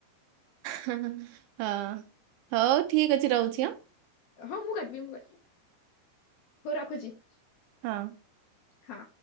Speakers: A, on the right (about 80°); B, on the left (about 70°).
A: ହଁ ହ ହ ହଁ ହଉ ଠିକ୍ ଅଛି ରହୁଛି ଅଁ।
B: ହଁ, ମୁଁ କାଟିବି! ମୁଁ କାଟିବି! ହଉ ରଖୁଛି।
A: ହଁ।
B: ହଁ।